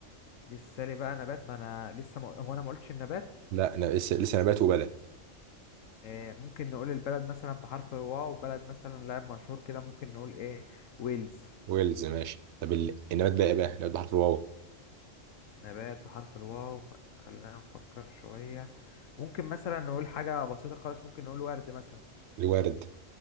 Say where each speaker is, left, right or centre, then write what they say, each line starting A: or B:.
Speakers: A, on the left (about 80°); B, on the right (about 65°).
A: لسه لي بقى نبات ما انا لسه ما... هو انا ما قلتش النبات
B: لا أنا لسه لسه نبات وبلد
A: آه، ممكن نقول البلد مثلا بحرف الواو بلد مثلا لاعب مشهور كده ممكن نقول ايه ويلز
B: ويلز ماشي طب ال- النبات بقى إيه بقى نبات بحرف الواو
A: نبات بحرف الواو خلينا نفكر شوية ممكن مثلا نقول حاجة بسيطة خالص ممكن نقول ورد مثلا
B: الورد